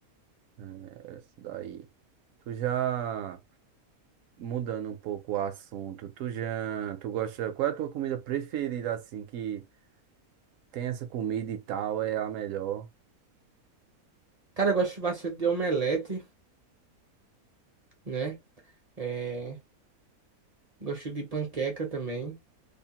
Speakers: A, on the right; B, on the right.
A: né, essa daí. Tu já mudando um pouco o assunto, tu já, tu gosta, qual é a tua comida preferida assim que tem essa comida e tal, é a melhor?
B: Cara, eu gosto bastante de omelete, né? É, gosto de panqueca também.